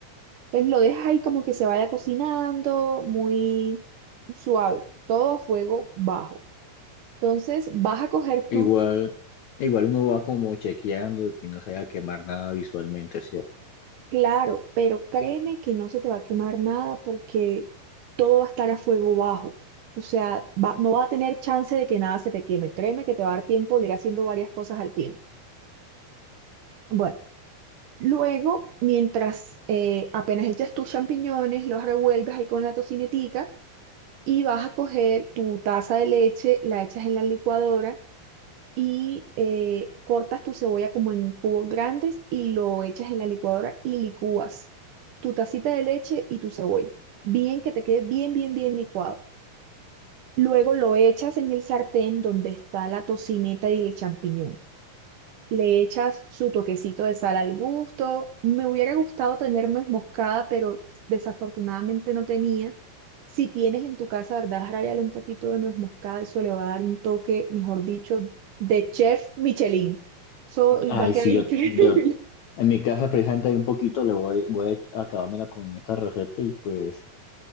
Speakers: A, on the right; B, on the left.
A: Entonces, lo dejas ahí como que se vaya cocinando, muy suave, todo a fuego bajo. Entonces, vas a coger
B: Igual,
A: tú,
B: igual uno va como chequeando de que no se vaya a quemar nada visualmente, ¿cierto?
A: claro, pero créeme que no se te va a quemar nada porque todo va a estar a fuego bajo. O sea, va- no va a tener chance de que nada se te queme. Créeme que te va a dar tiempo de ir haciendo varias cosas al tiempo. Bueno. Luego, mientras eh, apenas echas tus champiñones, los revuelves ahí con la tocinetica y vas a coger tu taza de leche, la echas en la licuadora y eh, cortas tu cebolla como en cubos grandes y lo echas en la licuadora y licúas tu tacita de leche y tu cebolla. Bien que te quede bien, bien, bien licuado. Luego lo echas en el sartén donde está la tocineta y el champiñón. Le echas su toquecito de sal al gusto. Me hubiera gustado tener nuez moscada, pero desafortunadamente no tenía. Si tienes en tu casa, ¿verdad? Rayale un poquito de nuez moscada, eso le va a dar un toque, mejor dicho, de chef Michelin. Eso
B: Ay,
A: va a quedar
B: sí,
A: increíble.
B: yo, yo
A: <laughs>
B: en mi casa precisamente hay un poquito, le voy, voy a acabármela con esta receta y pues...